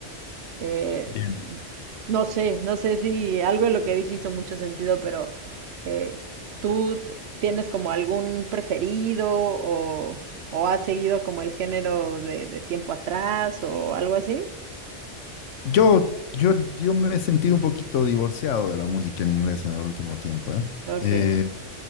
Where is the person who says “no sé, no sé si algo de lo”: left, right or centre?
Right